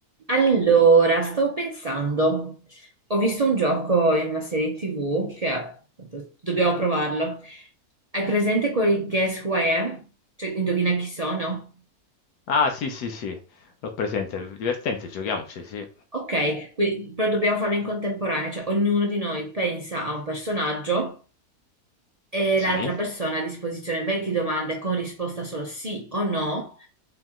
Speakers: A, on the right; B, on the left.
A: Allora, stavo pensando, ho visto un gioco in una serie TV che ha- do- dobbiamo provarlo. Hai presente quel Guess Who I Am? Cioè, indovina chi sono?
B: Ah, sì, sì, sì, l'ho presente, divertente, giochiamoci, sì.
A: Ok, quindi- però dobbiamo farlo in contemporanea, cioè ognuno di noi pensa a un personaggio e
B: Sì,
A: l'altra persona ha a disposizione 20 domande con risposta solo sì o no